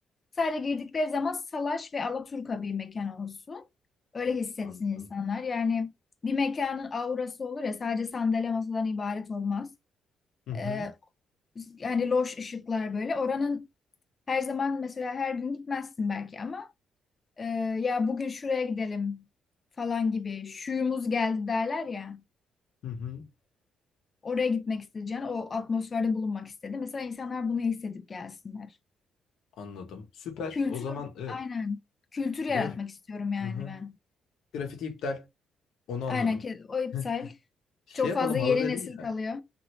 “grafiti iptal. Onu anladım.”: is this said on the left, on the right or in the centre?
Left